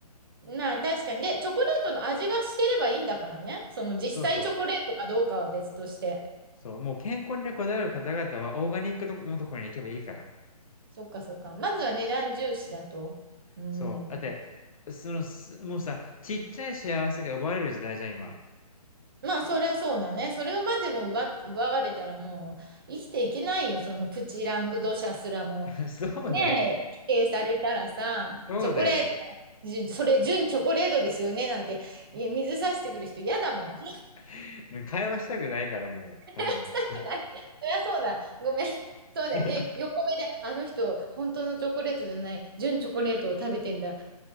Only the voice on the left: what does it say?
そうそう。そう、もう健康にねこだわる方々はオーガニックとこのところに行けばいいから。
そう。だって、その、すもうさ、ちっちゃい幸せが奪われる時代じゃん、今。
<laughs> そうだよ。
そうだよ。
<laughs> うん、会話したくないからもう。うん。
<laughs>